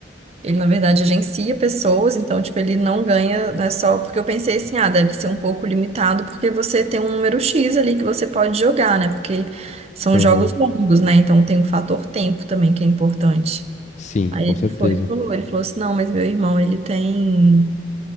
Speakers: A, on the right (about 35°); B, on the left (about 40°).
A: ele na verdade agencia pessoas, então tipo, ele não ganha, não é só, porque eu pensei assim, ah, deve ser um pouco limitado, porque você tem um número X ali que você pode jogar, né? Porque são
B: Aham.
A: jogos longos, né? Então tem o fator tempo também que é importante.
B: Sim,
A: Aí
B: com
A: ele
B: certeza.
A: foi e falou, ele falou assim, não, mas meu irmão, ele tem,